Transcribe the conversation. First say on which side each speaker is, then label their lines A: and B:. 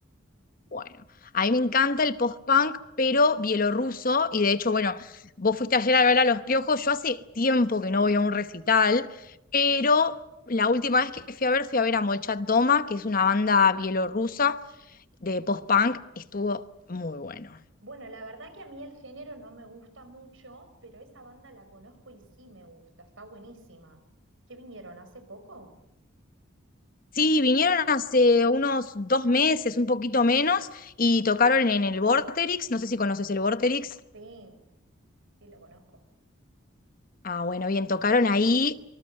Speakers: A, on the left; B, on the right.
A: Bueno, a mí me encanta el post-punk, pero bielorruso. Y de hecho, bueno, vos fuiste ayer a ver a Los Piojos. Yo hace tiempo que no voy a un recital, pero la última vez que fui a ver, fui a ver a Molchat Doma, que es una banda bielorrusa de post-punk. Estuvo muy bueno.
B: Bueno, la verdad que a mí el género no me gusta mucho, pero esa banda la conozco y sí me gusta, está buenísima. ¿Qué vinieron hace poco?
A: Sí, vinieron hace unos dos meses, un poquito menos, y tocaron en el Vorterix, no sé si conoces el Vorterix.
B: Sí, sí, lo conozco.
A: Ah, bueno, bien, tocaron ahí.